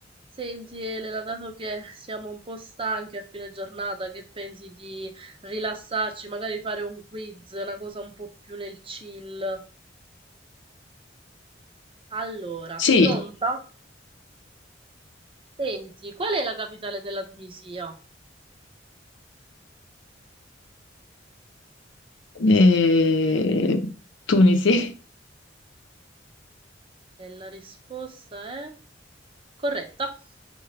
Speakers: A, on the right; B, on the left.
A: Senti Elena, dato che siamo un po' stanchi a fine giornata, che pensi di rilassarci, magari fare un quiz, una cosa un po' più nel chill? Allora,
B: Sì,
A: sei pronta? Senti, qual è la capitale della Tunisia?
B: eh, Tunisi,
A: E la risposta è corretta.